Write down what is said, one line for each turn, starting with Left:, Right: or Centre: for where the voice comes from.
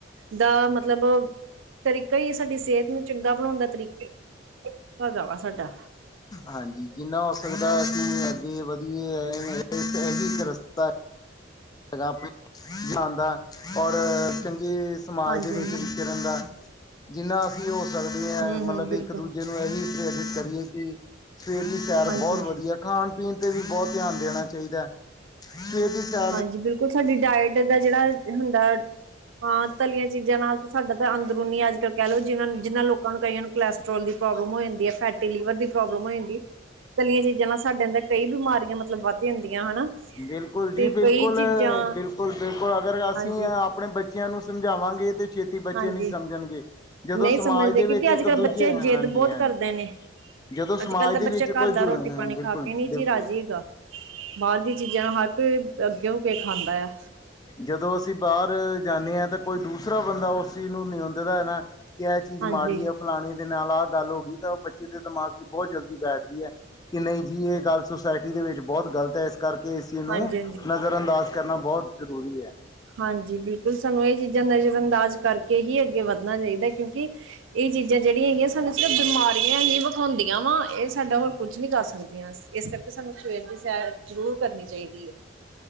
Right: ਦਾ ਮਤਲਬ ਤਰੀਕਾ ਹੀ ਹੈ, ਸਾਡੀ ਸਿਹਤ ਨੂੰ ਚੰਗਾ ਬਣਾਉਣ ਦਾ, ਤਰੀਕ ਵਾ ਸਾਡਾ
Left: ਹਾਂਜੀ ਜਿੰਨਾ ਹੋ ਸਕਦਾ, ਅਸੀਂ ਅੱਗੇ ਵਧੀਏ ਹੈ। ਇਹੀ ਇੱਕ ਰਸਤਾ ਹੈ। ਜਗਾ ਆਪ ਬਣਾਉਣ, ਦਾ ਔਰ ਚੰਗੀ ਸਮਾਜ
Right: ਹਾਂਜੀ
Left: ਦੇ
Right: ਹਾਂਜੀ
Left: ਵਿੱਚ ਵਿਚਰਨ ਦਾ ਜਿੰਨਾ ਅਸੀਂ ਹੋ ਸਕਦੇ ਹਾਂ,
Right: ਹਮ
Left: ਮਤਲਬ
Right: ਹਮ ਬਿਲਕੁਲ
Left: ਇੱਕ ਦੂਜੇ ਇਹੀ ਪ੍ਰੇਰਿਤ ਕਰੀਏ, ਕਿ ਸਵੇਰ ਦੀ ਸੈਰ
Right: ਹਾਂਜੀ
Left: ਬਹੁਤ ਵਧੀਆ ਖਾਣ ਪੀਣ ਤੇ ਵੀ ਬਹੁਤ ਧਿਆਨ ਦੇਣਾ ਚਾਹੀਦਾ ਹੈ। ਕਿ
Right: ਹਾਂਜੀ, ਬਿਲਕੁਲ ਸਾਡੀ ਡਾਇਟ ਦਾ ਜਿਹੜਾ ਹੁੰਦਾ। ਹਾਂ ਤਲੀਆਂ ਚੀਜ਼ਾਂ ਨਾਲ ਤਾਂ ਸਾਡਾ ਤਾਂ ਅੰਦਰੂਨੀ ਅੱਜ-ਕੱਲ ਕਹਿ ਲਓ, ਜਿਹ ਜਿਨਾਂ ਲੋਕ ਕਈਆਂ ਕੋਲੈਸਟ੍ਰੋਲ ਦੀ ਪ੍ਰੋਬਲਮ ਹੋ ਜਾਂਦੀ ਹੈ ਫੈਟੀ ਲੀਵਰ ਦੀ ਪ੍ਰੋਬਲਮ ਹੋ ਜਾਂਦੀ ਐ। ਗਲੀਆਂ ਚੀਜ਼ਾਂ ਨਾਲ ਸਾਡੇ ਅੰਦਰ ਕਈ ਬਿਮਾਰੀਆਂ ਮਤਲਬ ਵੱਧ ਜਾਂਦੀਆਂ ਹਨਾ।
Left: ਬਿਲਕੁਲ ਜੀ।
Right: ਤੇ
Left: ਬਿਲਕੁਲ
Right: ਕਈ ਚੀਜ਼ਾਂ
Left: -ਬਿਲਕੁਲ- ਬਿਲਕੁਲ ਅਗਰ ਅਸੀਂ
Right: ਹਾਂਜੀ
Left: ਆਪਣੇ ਬੱਚੇ ਬੱਚਿਆਂ ਨੂੰ ਸਮਝਾਵਾਂਗੇ ਤੇ ਛੇਤੀ ਬੱਚੇ
Right: ਹਾਂਜੀ
Left: ਨਹੀਂ ਸਮਝਣਗੇ। ਜਦੋਂ
Right: ਨਹੀਂ
Left: ਸਮਾਜ
Right: ਸਮਝਦੇ
Left: ਦੇ
Right: ਕਿਉਂਕਿ
Left: ਵਿੱਚ
Right: ਅੱਜ
Left: ਇੱਕ
Right: ਕੱਲ੍ਹ
Left: ਦੂਜੇ
Right: ਬੱਚੇ
Left: ਹਾਂਜੀ-
Right: ਜਿੱਦ ਬਹੁਤ
Left: ਹਾਂਜੀ।
Right: ਕਰਦੇ ਨੇ
Left: ਜਦੋਂ
Right: ਅੱਜ
Left: ਸਮਾਜ
Right: ਕੱਲ੍ਹ ਦਾ
Left: ਦੇ
Right: ਬੱਚਾ
Left: ਵਿੱਚ ਕੋਈ
Right: ਘਰ ਦਾ
Left: ਦ
Right: ਰੋਟੀ ਪਾਣੀ ਖਾ
Left: ਬਿਲਕੁਲ-
Right: ਕੇ ਨਹੀਂ ਜੀ
Left: ਬਿਲਕੁਲ।
Right: ਰਾਜੀ ਹੈਗਾ ਬਾਹਰ ਦੀ ਚੀਜ਼ਾਂ ਨਾਲ ਹਰ ਕੋਈ ਅੱਗੇ ਹੋ ਕੇ ਖਾਂਦਾ ਆ।
Left: ਜਦੋਂ ਅਸੀਂ ਬਾਹਰ ਜਾਂਦੇ ਹਾਂ ਤਾਂ ਕੋਈ ਦੂਸਰਾ ਬੰਦਾ ਉਸ ਚੀਜ਼ ਨੂੰ ਨਉਦਦਾ ਹੈ ਨਾ। ਕਿ ਇਹ ਚੀਜ਼
Right: ਹਾਂਜੀ
Left: ਮਾੜੀ ਹੈ ਫਲਾਣੇ ਦੇ ਨਾਲ ਆਹ ਗੱਲ ਹੋ ਗਈ ਤਾਂ ਬੱਚੇ ਦੇ ਦਿਮਾਗ ਚ' ਬਹੁਤ ਜਲਦੀ ਬੈਠਦੀ। ਕਿ ਨਹੀਂ ਜੀ ਇਹ ਗੱਲ ਸੁਸਾਇਟੀ ਦੇ ਵਿੱਚ ਬਹੁਤ ਗਲਤ ਹੈ। ਇਸ ਕਰਕੇ ਇਸ ਚੀਜ਼ ਨੂੰ
Right: ਹਾਂਜੀ ਹਾਂਜੀ
Left: ਨਜ਼ਰ ਅੰਦਾਜ਼ ਕਰਨਾ ਬਹੁਤ ਜ਼ਰੂਰੀ ਹੈ।
Right: ਹਾਂਜੀ ਬਿਲਕੁਲ ਸਾਨੂੰ ਇਹ ਚੀਜ਼ਾਂ ਨਜ਼ਰਅੰਦਾਜ਼ ਕਰਕੇ ਹੀ ਅੱਗੇ ਵੱਧਣਾ ਚਾਹੀਦਾ ਕਿਉਂਕਿ ਇਹ ਚੀਜ਼ਾਂ ਜਿਹੜੀਆਂ ਹੈਗੀਆਂ ਸਾਨੂੰ ਸਿਰਫ਼ ਬਿਮਾਰੀਆਂ ਹੀ ਵਿਖਾਉਂਦੀਆਂ ਵਾ ਇਹ ਸਾਡਾ ਹੋਰ ਕੁੱਝ ਨਹੀਂ ਕਰ ਸਕਦੀਆਂ। ਇਸ ਕਰਕੇ ਸਾਨੂੰ ਸਵੇਰ ਦੀ ਸੇਰ ਜ਼ਰੂਰ ਕਰਨੀ ਚਾਹੀਦੀ ਹੈ।